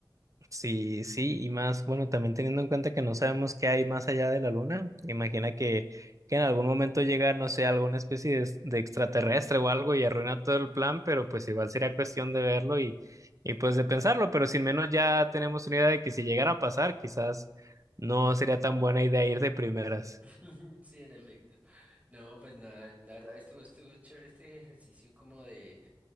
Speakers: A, on the right; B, on the right.
A: Sí, sí, y más, bueno, también teniendo en cuenta que no sabemos qué hay más allá de la luna, imagina que, que en algún momento llega, no sé, alguna especie de, de extraterrestre o algo y arruina todo el plan, pero pues igual sería cuestión de verlo y, y pues de pensarlo, pero sin menos ya tenemos una idea de que si llegara a pasar, quizás no sería tan buena idea ir de primeras.
B: <laughs> Sí, en efecto. No, pues nada, la verdad estuvo, estuvo chévere este ejercicio como de,